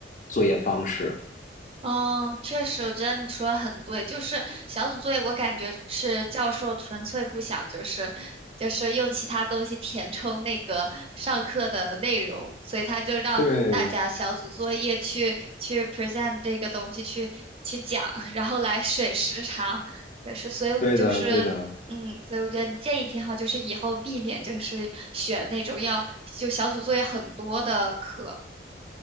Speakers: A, on the left; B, on the right.
A: 作业方式。
B: 嗯，确实，我觉得你说的很对。就是小组作业，我感觉是教授纯粹不想，就是就是用其他东西填充那个上课的内容，所以他就让大家小组作业去去
A: 对，
B: present 这个东西，去去讲，然后来水时长，就是所以就是嗯，
A: 对的，对的。
B: 所以我觉得你建议挺好，就是以后避免就是选那种要就小组作业很多的课